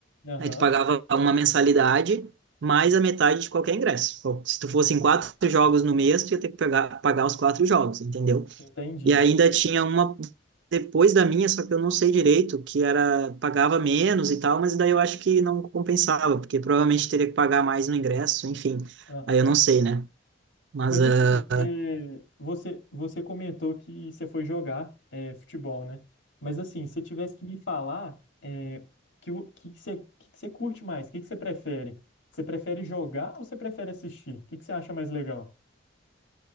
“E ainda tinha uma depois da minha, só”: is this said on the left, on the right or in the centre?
Right